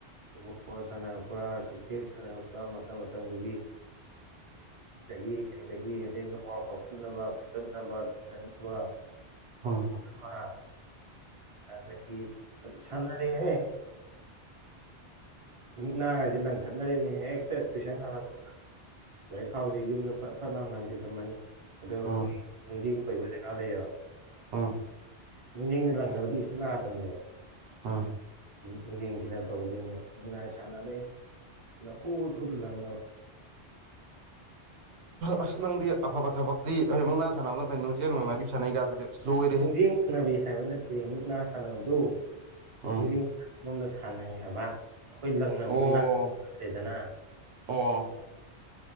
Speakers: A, on the right; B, on the right.
A: ꯐꯨꯠꯕꯣꯜ ꯁꯥꯟꯅꯔꯛꯄ ꯀ꯭ꯔꯤꯛꯀꯦꯠ ꯁꯥꯟꯅꯔꯛꯄ ꯃꯇꯝ ꯃꯇꯝꯗꯨꯒꯤ ꯁꯤꯗꯒꯤ ꯀꯩꯗꯒꯤ ꯑꯗꯩ ꯅꯋꯥꯥꯎ ꯀꯥꯎꯊꯠꯅꯕ ꯐꯨꯠꯇꯠꯅꯕ ꯇꯤꯗꯠꯅꯕ
B: ꯎꯝ
A: ꯐꯔ ꯑꯗꯗꯒꯤ ꯁꯅꯔ ꯍꯦ ꯃꯨꯛꯅꯥꯉꯁꯤ ꯂꯪꯊꯠꯅꯔꯤꯅꯤ ꯍꯦꯛꯇ ꯇꯨꯏꯁꯟ ꯉꯔꯛꯄ ꯑꯗꯗꯒꯤ ꯈꯥꯎꯁꯤ ꯌꯨꯝꯗ ꯐꯠ ꯐꯠ ꯂꯪ ꯍꯪꯈꯤꯗꯝꯃꯅꯤ ꯑꯗꯣ ꯑꯩꯈꯣꯏ
B: ꯎꯝ
A: ꯅꯨꯡꯖꯤꯡ ꯀꯣꯏꯕ ꯖꯒꯥꯗꯌꯦꯕ
B: ꯎꯝ
A: ꯅꯨꯡꯖꯡꯗ ꯂꯪꯅꯕꯗꯤ ꯀꯩꯁꯁꯨ ꯅꯥꯗꯕꯅꯦꯕ
B: ꯎꯝ
A: ꯅꯨꯡꯖꯤꯡꯁꯤꯅ ꯇꯧꯗꯣꯏꯅꯦ ꯉꯥꯏ ꯁꯥꯟꯅꯗꯣꯏꯅꯤ ꯅꯈꯨꯠ ꯈꯨꯨꯠꯇ ꯂꯪꯅꯕ
B: ꯑꯁ ꯅꯪꯗꯤ ꯑꯐꯕ ꯊꯕꯛꯇꯤ ꯍꯣꯏ ꯃꯨꯛꯅꯥ ꯁꯥꯟꯅꯕꯅ ꯐꯩ ꯅꯨꯡꯖꯦꯜ ꯅꯨꯡ ꯅꯥꯏꯕꯤ ꯁꯥꯟꯅꯩꯒꯗꯨꯗꯤ ꯑꯁ ꯂꯣꯏꯔꯦꯍꯦ
A: ꯖꯤꯡ ꯉꯪꯅꯕꯤ ꯍꯥꯏꯕ ꯅꯠꯇꯦ ꯑꯃꯨꯛ ꯅꯥ ꯁꯥꯟꯅꯕꯗꯨꯣꯖ
B: ꯎꯝ
A: ꯁꯥꯟꯅꯩ ꯍꯥꯏꯕ ꯑꯩꯈꯣꯏ ꯂꯪꯅꯕꯗꯨꯣ
B: ꯑꯣ
A: ꯅꯥ꯭ꯔꯦꯗꯅ
B: ꯑꯣ